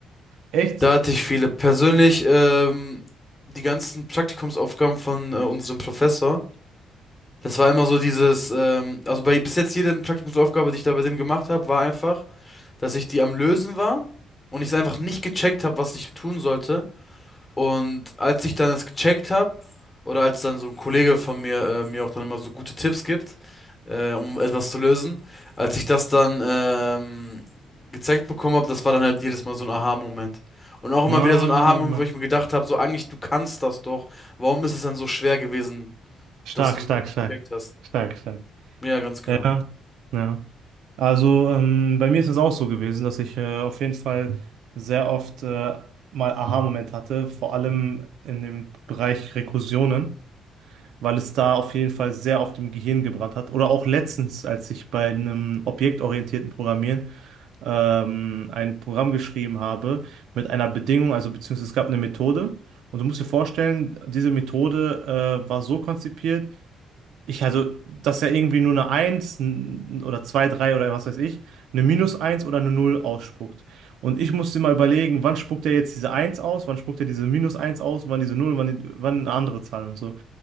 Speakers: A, on the right (about 80°); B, on the left (about 20°).
A: Echt?
B: Da hatte ich viele. Persönlich, ähm, die ganzen Praktikumsaufgaben von äh, unserem Professor, das war immer so dieses, ähm, also bei bis jetzt jede Praktikumsaufgabe, die ich da bei dem gemacht habe, war einfach, dass ich die am Lösen war und ich es einfach nicht gecheckt habe, was ich tun sollte. Und als ich dann es gecheckt habe, oder als dann so ein Kollege von mir äh, mir auch dann immer so gute Tipps gibt, äh, um etwas zu lösen, als ich das dann ähm, gezeigt bekommen habe, das war dann halt jedes Mal so ein Aha-Moment. Und auch immer
A: Ah,
B: wieder so ein Aha-Moment, wo ich mir gedacht habe, so eigentlich, du kannst das doch. Warum ist es denn so schwer gewesen,
A: stark,
B: dass du
A: stark,
B: es nicht
A: stark,
B: gecheckt hast?
A: stark, stark.
B: Ja, ganz genau.
A: Ja, ja. Also ähm, bei mir ist es auch so gewesen, dass ich äh, auf jeden Fall sehr oft äh, mal Aha-Moment hatte, vor allem in dem Bereich Rekursionen, weil es da auf jeden Fall sehr oft im Gehirn gebrannt hat. Oder auch letztens, als ich bei einem objektorientierten Programmieren ähm, ein Programm geschrieben habe mit einer Bedingung, also beziehungsweise es gab eine Methode. Und du musst dir vorstellen, diese Methode äh, war so konzipiert, ich, also, dass ja irgendwie nur eine eins n- oder 2 3 oder was weiß ich, eine minus eins oder eine null ausspuckt. Und ich musste mal überlegen, wann spuckt er jetzt diese eins aus, wann spuckt er diese minus eins aus, wann diese null wann, die, wann eine andere Zahl und so.